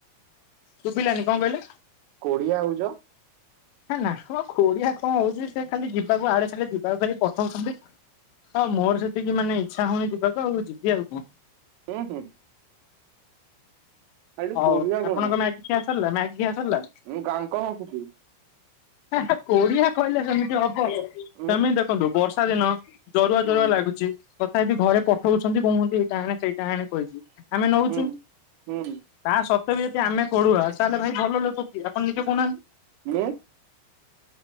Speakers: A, on the left (about 75°); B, on the right (about 80°).
A: ଶୁବିଲାନି କଣ କହିଲେ?
B: କୋଡିିଆ ହଉଚ?
A: ହେ ନା ମ ଖୋଡିଆ କଣ ହଉଚି ସେ ଖାଲି ଯିବାକୁ ଆଡେ ସାଡେ ଯିବାକୁ ଖାଲି ପଠଉଚନ୍ତି। ହ ମୋର ସେତିକି ମାନେ ଇଚ୍ଛା ହଉନି ଯିବାକୁ ଆଉ ଯିବି ଆଉ କଁ।
B: ହୁଁ ହୁଁ ଖାଲି
A: ହଉ
B: କୋଡ଼ିଆ
A: ଆପଣଙ୍କ
B: ଗୁଣ।
A: ମ୍ୟାଗି ଖିଆ ସରିଲା ମାଗି ଖିଆ ସରିଲା?
B: ମୁଁ ଗାଁଙ୍କ ଘସୁଚି।
A: ହା ହା କୋଡିଆ କହିଲେ କେମିତି ହବ ସେମିତି
B: ଉଁ
A: ଦେଖନ୍ତୁ ବର୍ଷା ଦିନ ଜରୁଆ
B: ହୁଁ
A: ଜରୁଆ ଲାଗୁଚି ତଥାପି ଘରେ ପଠଉଚନ୍ତି କୁହନ୍ତି ଏଇଟା ଆଣେ ସେଇ ଟା ଆଣେ କହିକି ଆମେ ନଉଚୁ
B: ହୁଁ ହୁଁ
A: ତା ସତ୍ତ୍ୱ ବି ଯଦି ଆମେ ଖୋଡୁଆ ତାହେଲେ ଭାଇ ଭଲ ଲୋକ କିଏ ଆପଣ ନିଜେ କହୁନାହାନ୍ତି?
B: ମୁଁ